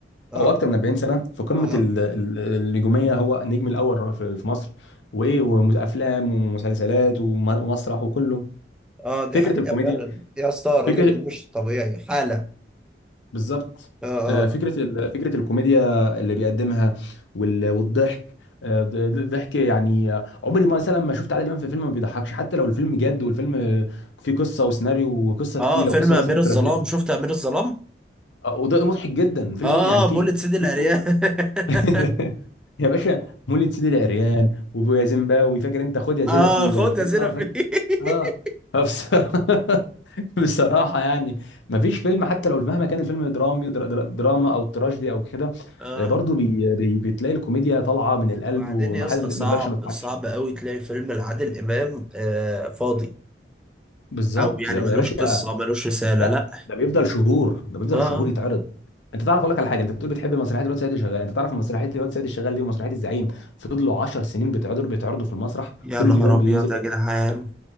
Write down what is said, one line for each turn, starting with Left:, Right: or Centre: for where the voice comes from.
Centre: اه
Left: او اكتر من 40 سنه في قمه
Centre: اه
Left: ال- ال- النجوميه هو النجم الاول في في مصر وايه وافلام ومسلسلات وم- ومسرح وكله
Centre: اه دي
Left: فكره
Centre: حقيقه
Left: الكوميديا
Centre: فعلا يا اسطى الراجل
Left: فكره
Centre: ده مش طبيعي حاله
Left: بالظبط
Centre: اه
Left: آه،
Centre: آه.
Left: فكرة ال- فكرة الكوميديا اللي بيقدمها وال- والضحك آه، ض- ض- ضحك يعني آه، عمري ما مثلا ما شفت عادل إمام في فيلم ما بيضحكش حتى لو الفيلم جد والفيلم آه، فيه قصة وسيناريو وقصة
Centre: اه
Left: تقيلة
Centre: فيلم
Left: وقصة
Centre: امير
Left: مثلا
Centre: الظلام
Left: تراجيدية
Centre: شفت امير الظلام
Left: آه، وده مضحك جدا فيلم
Centre: اه
Left: م- يعني في
Centre: مولد سيدي العريان
Left: في كوميديا <laughs>
Centre: <laughs>
Left: يا باشا مولد سيدي العريان ويا زيمباوي فاكر انت خد يا زلفي
Centre: اه خد
Left: ولا خد
Centre: يا زينة
Left: اه
Centre: فيه
Left: فاكر
Centre: <laughs>
Left: اه فبصراحة <laughs> <laughs> بصراحة يعني مفيش فيلم حتى لو مهما كان الفيلم درامي در- در- دراما او تراجيدي او كده
Centre: اه
Left: آه، برضو بي بي بتلاقي الكوميديا طالعة من القلب
Centre: وبعدين
Left: وما
Centre: يا اسطى
Left: حد ما
Centre: صعب
Left: تقدرش ما تضحكش
Centre: صعب قوي تلاقي فيلم لعادل امام آه فاضي
Left: بالظبط
Centre: او يعني
Left: يا يا
Centre: ملوش
Left: باشا
Centre: قصه ملوش رساله
Left: لا
Centre: لا
Left: ده بيفضل شهور ده بيفضل
Centre: اه
Left: شهور يتعرض انت تعرف اقول لك على حاجه انت بتقول بتحب مسرحيه الواد سيد الشغال انت تعرف مسرحيه الواد سيد الشغال دي ومسرحيه الزعيم فضلوا 10 سنين بيتعرضوا بيتعرضوا في المسرح
Centre: يا
Left: كل
Centre: نهار
Left: يوم
Centre: ابيض
Left: بينزل
Centre: يا جدعان